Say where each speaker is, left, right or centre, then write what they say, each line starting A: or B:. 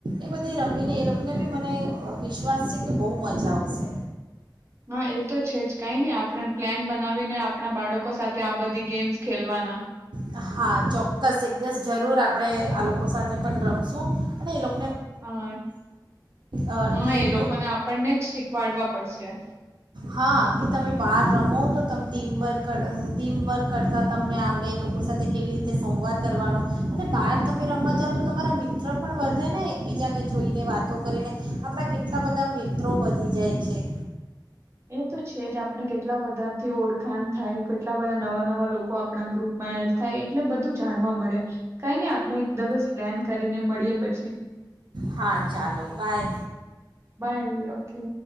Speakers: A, on the right (about 75°); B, on the right (about 35°).
A: એ બધી રમીને એ લોકો ને બી મને વિશ્વાસ છે, કે બહુ મજા આવશે
B: હા એ તો છે, જ કઈ નઈ આપણે પ્લાન બનાવીને આપણા બાળકો સાથે આ બધી ગેમ્સ ખેલવાના
A: હા, ચોક્કસ એક દિવસ જરૂર આપણે આ લોકો સાથે પણ રમશું અને એ લોકો
B: હા,
A: અ,
B: હા,
A: એક
B: એ લોકોને આપણને જ શીખવાડવા પડશે
A: હા. કે તમે બહાર રમો તો ત ટીમવર્ક, ટીમવર્ક કરતાં તમને આવડે લોકો સાથે કેવી રીતે સંવાદ કરવાનો અને બહાર તમે રમવા જઓ તો તમારા મિત્ર પણ વધે ને એકબીજાને જોઈને વાતો કરીને આપણા કેટલા બધા મિત્રો વધી જાય છે
B: એ તો છે, જ આપણે કેટલા બધાથી ઓળખાણ થાય કેટલા બધા નવા નવા લોકો આપણા ગ્રુપમાં એડ થાય એટલે બધું જાણવા મળે કઈ નહી, આપ એકદિવસ પ્લાન કરીને મળીએ પછી
A: હા, ચાલો બાય
B: બાય ઓકે